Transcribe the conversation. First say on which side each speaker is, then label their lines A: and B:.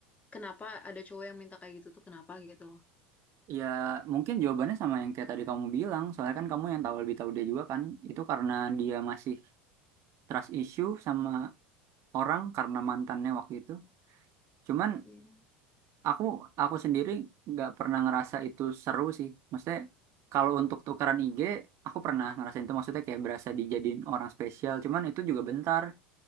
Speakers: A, on the left (about 25°); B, on the right (about 50°).
A: kenapa ada cowok yang minta kayak gitu tuh kenapa gitu loh?
B: ya mungkin jawabannya sama yang kayak tadi kamu bilang soalnya kan kamu yang tahu lebih tahu dia juga kan itu karena dia masih trust issue sama orang karena mantannya waktu itu cuman
A: Iya.
B: Aku aku sendiri nggak pernah ngerasa itu seru sih. Maksudnya kalau untuk tukaran IG, aku pernah ngerasain itu. Maksudnya kayak berasa dijadiin orang spesial. Cuman itu juga bentar.